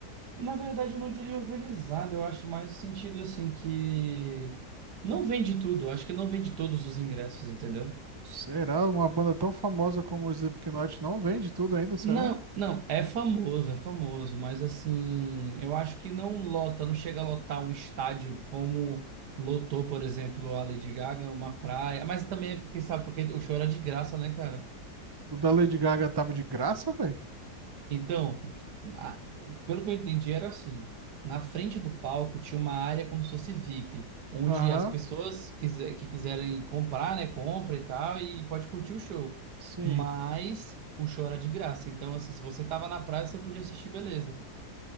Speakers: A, on the right; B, on the right.
A: Na verdade, eu não diria organizado, eu acho mais o sentido, assim, que não vende tudo, eu acho que não vende todos os ingressos, entendeu?
B: Será? Uma banda tão famosa como o Slipknot não vende tudo ainda, será?
A: Não, não, é famoso, é famoso, mas assim, eu acho que não lota, não chega a lotar um estádio como lotou, por exemplo, a Lady Gaga, uma praia, mas também, quem sabe, porque o show era de graça, né, cara?
B: O da Lady Gaga tava de graça, velho?
A: Então, na- pelo que eu entendi, era assim. Na frente do palco tinha uma área como se fosse VIP, onde
B: Aham.
A: as pessoas quise- que quiserem comprar, né, compra e tal, e pode curtir o show.
B: Sim.
A: Mas o show era de graça. Então, assim, se você tava na praia, você podia assistir, beleza.